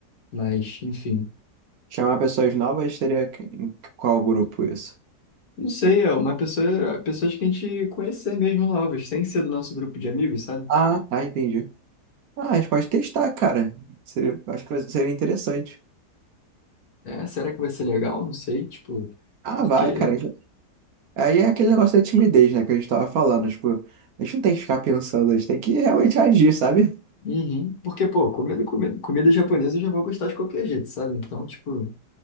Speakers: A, on the left; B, on the right.
A: Mas, enfim.
B: Chamar pessoas novas seria que- em qual grupo isso?
A: Não sei, é uma pessoa, pessoas que a gente conhecer mesmo novas, sem ser do nosso grupo de amigos, sabe?
B: Ah, tá, entendi. Ah, a gente pode testar, cara. Seria, acho que vai- seria interessante.
A: É, será que vai ser legal? Não sei, tipo,
B: Ah,
A: porque.
B: vai, cara. Já- Aí é aquele negócio da timidez, né, que a gente tava falando. Tipo, a gente não tem que ficar pensando, a gente tem que realmente agir, sabe?
A: Uhum. Porque, pô, comida, comida, comida japonesa eu já vou gostar de qualquer jeito, sabe? Então, tipo,